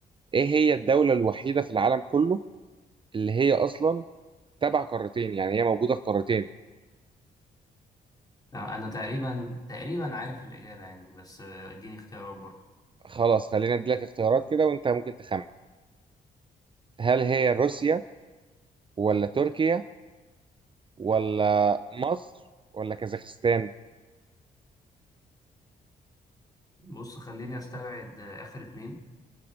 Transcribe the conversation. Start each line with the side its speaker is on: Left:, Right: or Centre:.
Right: ايه هي الدولة الوحيدة في العالم كله اللي هي اصلا تبع قارتين يعني هي موجودة في قارتين
Left: انا تقريبا تقريبا عارف الاجابة يعني بس آه، اديني اختيارات برضه
Right: خلاص خلينا اديلك اختيارات كده وانت ممكن تخمن هل هي روسيا ولا تركيا ولا مصر ولا كازاخستان
Left: بص خليني استبعد آه، اخر اتنين